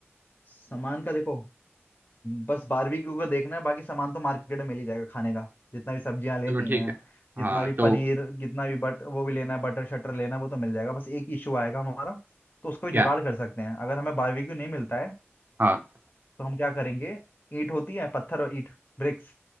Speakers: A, on the left (about 45°); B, on the right (about 45°).
A: सामान का देखो बस बारबेक्यू को देखना है बाकी सामान तो मार्केट में मिल ही जाएगा खाने का जितना भी सब्जियां लेनी
B: चलो ठीक
A: है
B: है हाँ
A: जितना भी
B: तो
A: पनीर जितना भी बट वो भी लेना है बटर शटर लेना है वो तो मिल जाएगा बस एक ही इशू आएगा हमारा तो उसको भी
B: क्या
A: जुगाड़ कर सकते हैं अगर हमें बारबेक्यू नहीं मिलता है
B: हाँ
A: तो हम क्या करेंगे ईंट होती है पत्थर और ईंट ब्रिक्स